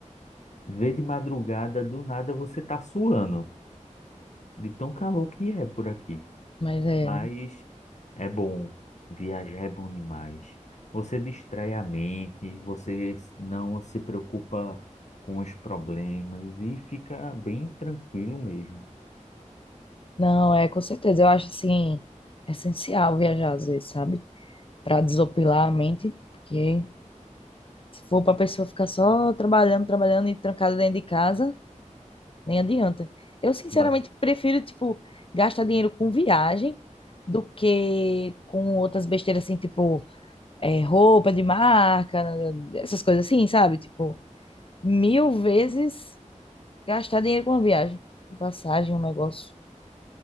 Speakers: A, on the left (about 65°); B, on the left (about 45°).
A: vê de madrugada, do nada você tá suando, de tão calor que é por aqui.
B: Mas é,
A: Mas
B: né?
A: é bom. Viajar é bom demais. Você distrai a mente, você não se preocupa com os problemas e fica bem tranquilo mesmo.
B: não, é com certeza, eu acho assim essencial viajar às vezes, sabe? Para desopilar a mente, porque se for para pessoa ficar só trabalhando, trabalhando e trancada dentro de casa, Nem adianta. Eu, sinceramente,
A: Ba-
B: prefiro, tipo, gastar dinheiro com viagem do que com outras besteiras, assim, tipo, é, roupa de marca, né, essas coisas assim, sabe? Tipo, mil vezes gastar dinheiro com uma viagem, passagem, um negócio.